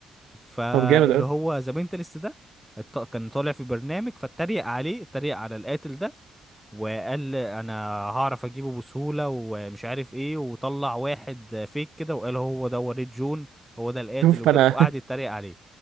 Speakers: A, in the centre; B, on the right (about 80°).
A: فاللي
B: طب جامد قوي
A: هو ذا مينتالست ده الط- كان طالع في برنامج فاتريق عليه اتريق على القاتل ده وقال انا هعرف اجيبه بسهولة ومش عارف ايه وطلع واحد فيك كده وقال هو ده وليد جون هو ده القاتل
B: شوف
A: وكده
B: انا
A: وقعد
B: <laughs>
A: يتريق عليه